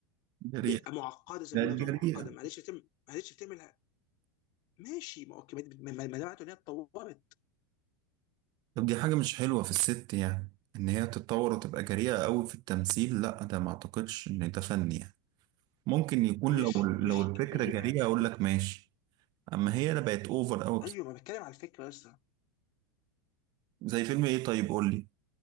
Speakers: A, on the right; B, on the left.
A: جريئه
B: ب- معقده زي
A: ده
B: ما بيقولوا
A: جريئه
B: كده، معقده معلش بتعمل معلش بتعمل ماشي ما اوكي ما ما- ما- ما ده معناته ان هي اتطورت
A: طب دي حاجه مش حلوه في الست يعني ان هي تتطور وتبقى جريئه قوي في التمثيل لا ده ما اعتقدش ان ده فن يعني ممكن يكون
B: مش
A: لو لو
B: مش
A: الفكرة
B: جريئه
A: جريئة
B: ال-
A: أقول لك ماشي أما هي لا بقت أوفر أوي بصراحة.
B: ايوه ما بتكلم على الفكره يا اسطى
A: زي فيلم إيه طيب قول لي